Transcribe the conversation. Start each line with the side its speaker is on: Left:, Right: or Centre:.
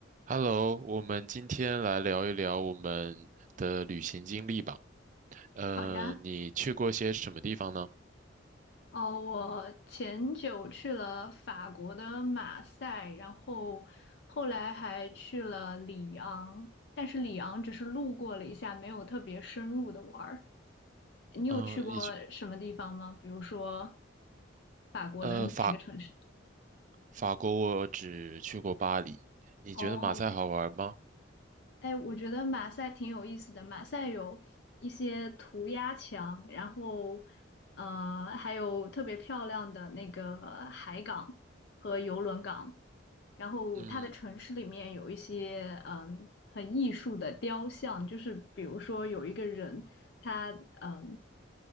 Right: Hello，我们今天来聊一聊我们的旅行经历吧。呃，
Left: 好呀，
Right: 你去过些什么地方呢？
Left: 哦，我前久去了法国的马赛，然后后来还去了里昂，但是里昂只是路过了一下，没有特别深入的玩儿。你有去过什么地方吗？
Right: 嗯呃，你去
Left: 比如说法国的那个城市？
Right: 呃法法国我只去过巴黎。你觉得马赛好玩吗？
Left: 哦。哎，我觉得马赛挺有意思的。马赛有一些涂鸦墙，然后，呃，还有特别漂亮的那个海港和游轮港。然后，
Right: 嗯，
Left: 它的城市里面有一些嗯很艺术的雕像，就是比如说有一个人，他嗯